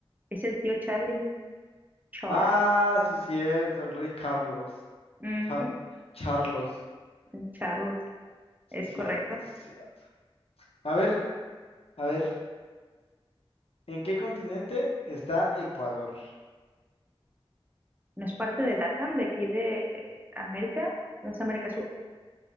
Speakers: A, on the right; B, on the left.
A: es el tío Charlie. Charles.
B: Ah, sí, cierto, el rey Carlos.
A: Ujú,
B: Cha- Charlos.
A: el Charles,
B: Sí,
A: es
B: cierto,
A: correcto.
B: sí, cierto. A ver, a ver, ¿en qué continente está Ecuador?
A: No es parte de LATAM, de aquí de América, no es América Sur.